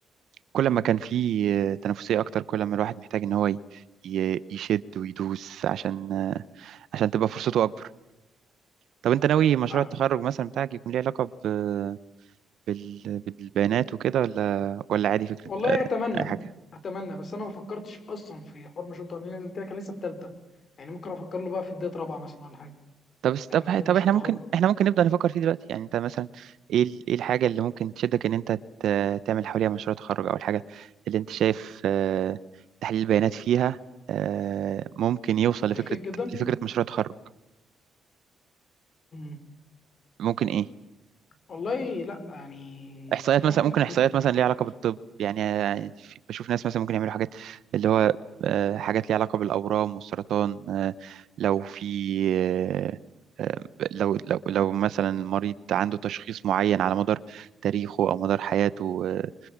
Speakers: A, on the right; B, on the left.
A: كل ما كان في آه، تنافسية أكتر كل ما الواحد محتاج إن هو ي- ي- يشد ويدوس عشان آه، عشان تبقى فرصته أكبر طب أنت ناوي مشروع
B: فعلا
A: التخرج مثلا بتاعك يكون ليه علاقة ب- بال- بالبيانات وكده ولا ولا عادي فكرة
B: والله
A: آه،
B: اتمنى
A: أي حاجة
B: اتمنى بس انا ما فكرتش اصلا في حوار مشروع التخرج لأن زي ما قلت لك انا لسه في ثالثه يعني ممكن افكر له بقى في بدايه رابعه مثلا ولا حاجه
A: طب است-
B: آه،
A: طب
B: في مشروع
A: طب إحنا
B: التخرج
A: ممكن إحنا ممكن نبدأ نفكر فيه دلوقتي يعني أنت مثلا إيه ال- إيه الحاجة اللي ممكن تشدك إن أنت ت- تعمل حواليها مشروع تخرج أو الحاجة اللي أنت شايف آه، تحليل البيانات فيها آه، ممكن يوصل لفكرة
B: هيفيد جدا
A: لفكرة مشروع تخرج
B: مم.
A: ممكن إيه
B: والله لا يعني
A: احصائيات
B: في
A: مثلا
B: حاجات
A: ممكن
B: كتير
A: احصائيات
B: جدا
A: مثلا ليها
B: على
A: علاقه
B: فكرة
A: بالطب يعني يعني في- بشوف ناس مثلا ممكن يعملوا حاجات اللي هو آه، حاجات ليها علاقه بالاورام والسرطان آه، لو في آه، آه، لو لو لو مثلا المريض عنده تشخيص معين على مدار تاريخه او مدار حياته آه،